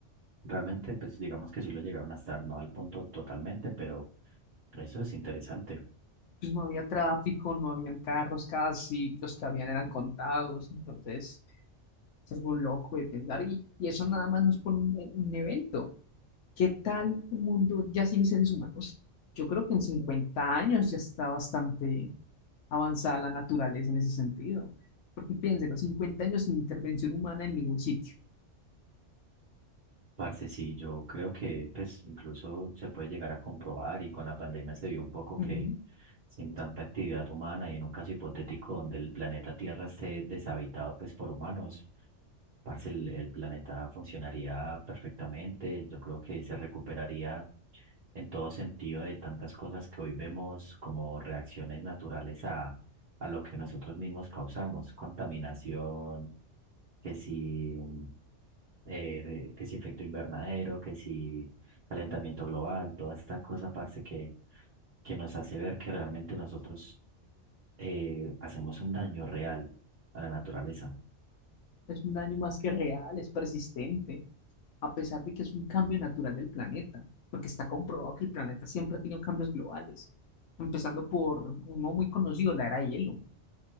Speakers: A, on the right (about 40°); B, on the left (about 80°).
A: Realmente, pues digamos que sí lo llegaron a estar, no al punto totalmente, pero eso es interesante.
B: Pues no había tráfico, no habían carros casi, los que habían eran contados, entonces es algo loco de pensar y, y eso nada más nos pone un, un evento. ¿Qué tal un mundo ya sin seres humanos? Yo creo que en 50 años ya está bastante avanzada la naturaleza en ese sentido. Porque piénselo, 50 años sin intervención humana en ningún sitio.
A: Parce, sí, yo creo que pues incluso se puede llegar a comprobar y con la pandemia se vio un poco
B: Ujú.
A: que sin tanta actividad humana y en un caso hipotético donde el planeta Tierra esté deshabitado pues por humanos, parce, el, el planeta funcionaría perfectamente, yo creo que se recuperaría en todo sentido de tantas cosas que hoy vemos como reacciones naturales a lo que nosotros mismos causamos, contaminación, que si, eh, que si efecto invernadero, que si calentamiento global, toda esta cosa, parce, que, que nos hace ver que realmente nosotros eh, hacemos un daño real a la naturaleza.
B: Es un daño más que real, es persistente, a pesar de que es un cambio natural del planeta, porque está comprobado que el planeta siempre ha tenido cambios globales, empezando por uno muy conocido, la era de hielo.